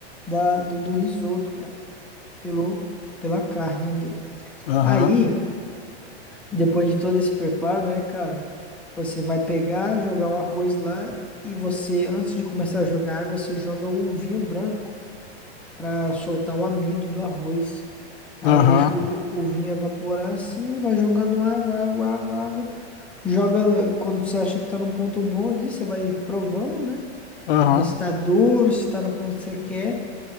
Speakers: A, in the centre; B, on the left.
A: da, do, do risoto, cara. Pelo, pela carne ali.
B: Aham,
A: Aí. Depois de todo esse preparo, né, cara? Você vai pegar, jogar o arroz lá e você, antes de começar a jogar água, você joga o vinho branco pra soltar o amido do arroz. Aí
B: aham,
A: deixa o, o vinho evaporar assim, e vai jogando água, água, água, água. Joga quando você acha que tá num ponto bom ali, você vai provando, né?
B: aham.
A: Pra ver se tá duro, se tá no ponto que você quer.